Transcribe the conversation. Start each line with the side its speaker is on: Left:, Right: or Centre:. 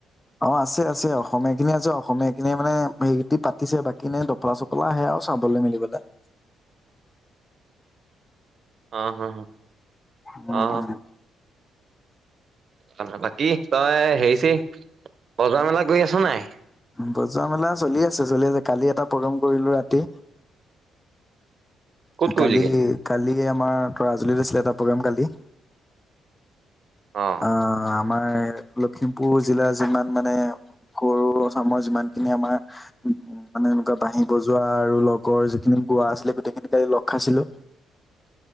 Left: অ', আছে, আছে! অসমীয়া খিনিয় আছে অসমীয়াখিনিয়ি মানে হে পাতিছে বাকী ন দফলা চ <unintelligible>
Right: অ, অ,
Left: উম
Right: অ, অ,
Left: উম
Right: অ। বাকী, তই হেৰি- চেৰি বজা-মেলা কৰি আছ নে নাই!
Left: বজা-মেলা চলি আছে, চলি আছে! কালি এটা প্ৰগ্ৰেম কৰিলো ৰাতি।
Right: ক'ত কৰিলিগে
Left: কালি, কালি আমাৰ তৰাজুলীত আছিলে এটা প্ৰগ্ৰেম কালি।
Right: অ'।
Left: অ', আমাৰ লখিমপুৰ জিলাৰ, যিমান মানে সৰু চামৰ যিমানখিনি আমাৰ মানে এনেকুৱা বাঁহি বজোৱা আৰু লগৰ যিখিনি গোৱা আছিলে গোটেইখিনি কালি লগ খাইছিলো!
Right: <inaudible>